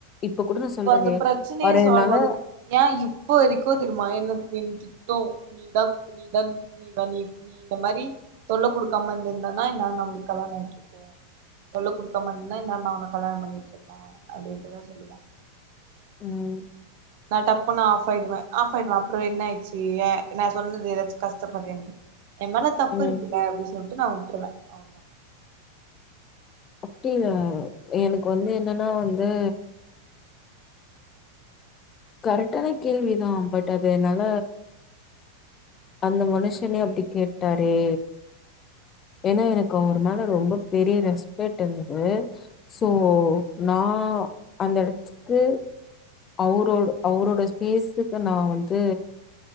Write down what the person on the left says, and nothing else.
இப்ப கூட நா சொல்றனே
அவர
என்னால
உம்
ம்
அப்டி இல்ல எனக்கு வந்து என்னன்னா வந்து கரெக்டான கேள்விதான் பட் அது என்னால அந்த மனுஷனே
அப்டி கேட்டாரே ஏன்னா எனக்கு அவர் மேல ரொம்ப பெரிய ரெஸ்பெக்ட் இருந்தது ஸோ நான் அந்த எடத்துக்கு அவுரோட அவுரோட ஸ்பேஸுக்கு நா வந்து